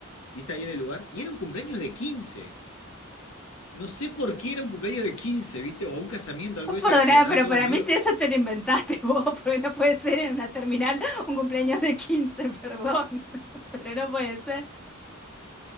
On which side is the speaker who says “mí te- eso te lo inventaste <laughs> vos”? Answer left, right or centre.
Centre